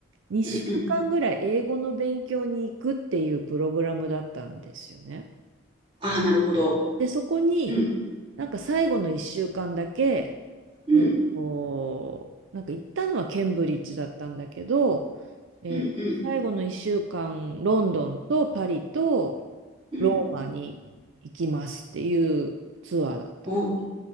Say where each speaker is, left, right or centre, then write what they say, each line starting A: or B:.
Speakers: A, on the right; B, on the right.
A: 2週間ぐらい英語の勉強に行くっていうプログラムだったんですよね。
B: うんうん。ああ、なるほど。
A: で、そこに、
B: うん。
A: なんか最後の1週間だけ、
B: うん。
A: えっと、なんか行ったのはケンブリッジだったんだけど、えっと、
B: うんうん
A: 最後の1週間、ロンドンとパリと
B: うん。
A: ローマに行きますっていうツアーだったの。
B: おお、